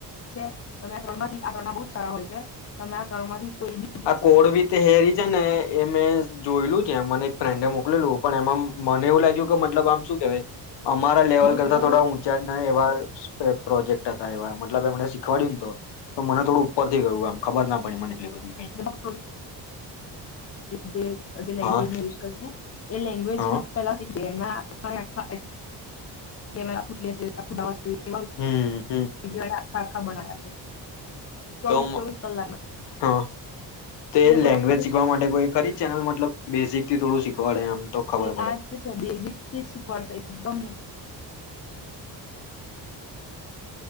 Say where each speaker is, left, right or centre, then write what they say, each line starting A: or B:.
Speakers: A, on the left; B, on the left.
A: ચે તમારે આ ત્રણમાંથી આ ત્રણના બહુ જ સારા હોય છે. તમે આ ત્રણમાંથી કોઈ બી જોઈ
B: આ
A: શકો
B: કોડવી
A: છો.
B: તે હેરી છે ને એ મે જોયેલું છે, મને એક ફ્રેન્ડએ મોકલેલું. પણ એમમ મને એવું લાગ્યું <unintelligible> મતલબ આમ શું કહેવાય? અમારા લેવલ
A: બહુ સ્ટીલો
B: કરતા થોડા
A: છે.
B: ઊંચા ના એવા સ્પે પ્રોજેક્ટ હતા એવા, મતલબ એમને શીખવાડ્યું તું. તો મને થોડુંક ઉપરથી ગયું એમ, ખબર ના પડી મને એટલી બધી કાઈ.
A: <unintelligible> જે-જે લેંગ્વેજ
B: હા
A: નું યુઝ કરીને એ લેંગ્વેજ
B: હા
A: પેલાથી જ એના આખા એ આખા <unintelligible> કેમેરા <unintelligible>
B: હમ્મ.
A: બીજીવાર <unintelligible> ખબર આયા છે. ચોવીસ
B: તો મ
A: ચોવીસ કલાકમાં
B: હા, તે
A: એટલે તું
B: લેંગ્વેજ
A: એના
B: શીખવા
A: શીખ
B: માટે કોઈ ખરી ચેનલ મતલબ બૈઝિક? થી થોડું શીખવાડે એમ. તો ખબર
A: એ
B: પડે
A: આજ જે છે, બેઝિકથી જ શીખવાડશે એકદમ.